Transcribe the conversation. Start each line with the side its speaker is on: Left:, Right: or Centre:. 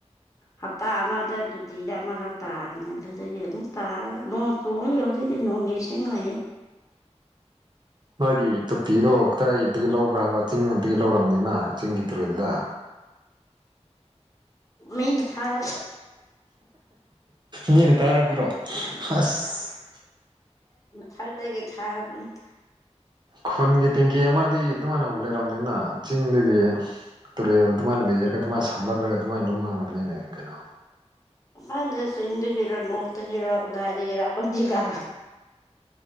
Left: ꯍꯞꯇꯥ ꯑꯃꯗ ꯇꯨꯇꯤꯗ ꯑꯃꯔ ꯇꯥꯒꯅꯤ ꯑꯗꯨꯗꯒꯤ ꯑꯃꯨꯛ ꯇꯥꯔ ꯅꯣꯡ ꯆꯣꯡ ꯍꯧꯖꯤꯛ ꯗꯤ ꯅꯣꯡꯒꯦꯁ ꯉꯑꯦ
Right: ꯅꯣꯏꯒꯤ ꯇꯣꯇꯤꯗꯣ ꯀꯗꯥꯏꯒꯤ ꯂꯧꯕ꯭ꯔꯥꯕ ꯆꯤꯡ ꯑꯗꯨꯒꯤ ꯂꯧꯔꯕꯝꯅꯤꯅ ꯆꯤꯡꯒꯤ ꯇꯨꯔꯦꯜꯗ
Left: ꯃꯩꯅ ꯊꯥꯔ
Right: ꯃꯤꯅꯤ ꯇꯔꯥ ꯄ꯭ꯔꯣ ꯑꯁ
Left: ꯊꯥꯛꯛꯇꯒꯤꯦ ꯊꯥꯔꯕꯅꯦ
Right: ꯈꯨꯟꯒꯤ ꯇꯦꯡꯀꯤ ꯑꯃꯗꯤ ꯑꯗꯨꯃꯥꯏꯅ ꯐ ꯂꯩꯔꯕꯅꯤꯅ ꯆꯤꯡꯗꯒꯤ ꯇꯨꯔꯦꯜ ꯑꯗꯨꯃꯥꯏꯅ ꯂꯩꯔꯒ ꯑꯗꯨꯃꯥꯏꯅ ꯁꯝꯂꯛꯂꯒ ꯑꯗꯨꯃꯥꯏꯅ ꯂꯧꯅꯒꯅꯤꯅꯦ ꯀꯩꯅꯣ
Left: ꯑꯅꯦꯦ ꯁꯤꯤꯡꯗꯒꯔꯣ ꯅꯣ ꯇꯒꯤꯦꯔꯣꯗꯥꯥꯏꯗꯗꯒꯤꯔ ꯖꯤ ꯂꯣ